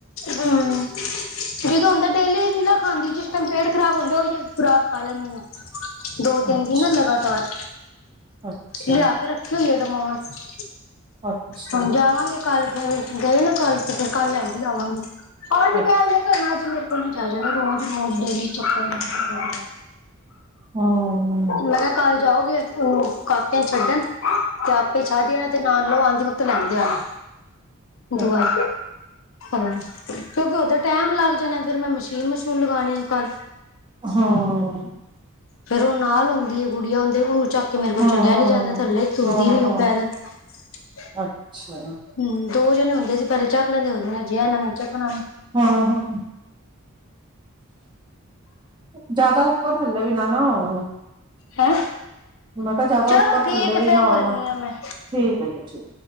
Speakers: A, on the left; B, on the right.
A: ਹੂੰ। ਜਦੋਂ ਹੁੰਦਾ ਡੇਲੀ ਨਹੀਂ ਨਾ ਖਾਂਦੀ। ਜਿਸ ਟਾਈਮ ਪੇਟ ਖ਼ਰਾਬ ਹੁੰਦਾ ਉਹ ਖੁਰਾਕ ਖਾ ਲੈਂਦੀ ਆ। ਦੋ- ਤਿੰਨ
B: ਅੱਛਾ
A: ਦਿਨ ਨਾ ਲਗਾਤਾਰ।
B: ਅੱਛਾ
A: ਲਿਆ ਕੇ ਰੱਖੀ ਹੋਈ ਆ ਡਮੋਸ।
B: ਅੱਛਾ
A: ਹੁਣ ਜਾਵਾਂਗੇ ਕੱਲ ਫਿਰ, ਗਏ ਨਾ ਕੱਲ ਤੇ ਫਿਰ ਕੱਲ ਲੈਂਦੀ ਆਵਾਂਗੀ। ਹੋਰ ਵੀ
B: ਅੱ
A: ਬੋਰ ਮੈਂ ਘਰ ਮੇਰੇ ਤੋਂ ਨਹੀਂ ਜਾਇਆ ਜਾਂਦਾ। ਰੋਜ਼-ਰੋਜ਼ ਡੇਲੀ ਚੱਕਰ ਵੱਜਦਾ।
B: ਹਮ
A: ਮੈਂ ਤਾਂ। ਕੱਲ ਜਾਓਗੇ। ਉੱਥੇ ਕਾਕੇ ਨੂੰ ਛੱਡਣ, ਤੇ ਆਪੇ ਛੱਡ ਜਾਣਾ ਤੇ ਨਾਲ ਲੈ ਆਉਂਦੇ ਤੋਂ ਲੈਂਦੇ ਆਨਾ।
B: ਹਮ
A: ਦਵਾਈ ਹਾਂਜੀ। ਕਿਉਂਕਿ ਉਦਰ ਟਾਈਮ ਲੱਗ ਜਾਣੇ ਫਿਰ ਮੈਂ ਮਸ਼ੀਨ- ਮਸ਼ੂਨ ਲਗਾਉਣੀ ਆ ਕਲ।
B: ਹਾਨ
A: ਫੇਰ ਉਹ ਨਾਲ ਹੁੰਦੀ ਹੈ ਗੁੜੀਆ ਉਹਦੇ ਉਹਨੂੰ ਚੱਕ ਮੇਰੇ ਕੋਲ
B: ਹਮ
A: ਚਲਿਆ ਨੀ ਜਾਂਦਾ ਹੈ ਥੱਲੇ ਤੁਰਦੀ
B: ਹਮ
A: ਨੀ ਉਹ
B: ਹਮ
A: ਪੈਰਾਂ ਤੇ
B: ਅੱਛਾ
A: ਹੂੰ ਦੋ ਜਣੇ ਹੁੰਦੇ ਸੀ ਪਹਿਲੇ ਚੱਕ ਲੈਂਦੇ ਹੁੰਦੇ ਨੇ ਜਿਹਾ ਇਹ ਨੇ ਚਕਣਾ
B: ਹਾਂ- ਹਾਂ। ਜਿਆਦਾ ਉੱਪਰ ਥੱਲੇ ਵੀ ਨਾ ਨਾ ਹੋਵੋ।
A: ਹੈਂ
B: ਮੈਂ ਕਿਹਾ ਜਿਆਦਾ
A: ਚਲੋ
B: ਉੱਪਰ
A: ਠੀਕ
B: ਥੱਲੇ
A: ਹੈ
B: ਵੀ
A: ਫੇਰ
B: ਨਾ ਹੁਣਾ
A: ਕਰਨੀ ਆ ਮੈਂ
B: ਠੀਕ ਹੈ। ਜੀ ਠੀਕ।